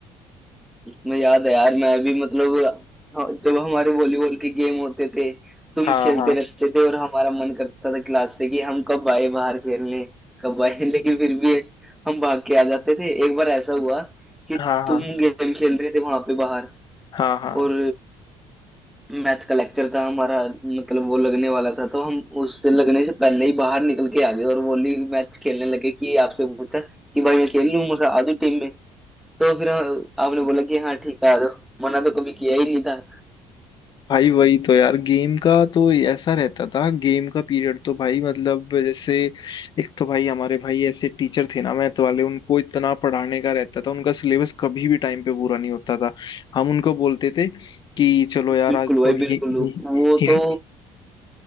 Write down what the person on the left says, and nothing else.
हाँ
हाँ
हाँ हाँ
हाँ हाँ
भाई वही तो यार गेम का तो ऐसा रहता था गेम का पीरियड तो भाई मतलब जैसे एक तो भाई हमारे भाई ऐसे टीचर थे ना मैथ वाले उनको इतना पढ़ाने का रहता था उनका सिलेबस कभी भी टाइम पे पूरा नहीं होता था हम उनको बोलते थे कि चलो यार
आज
तो हि,
हि,
हि,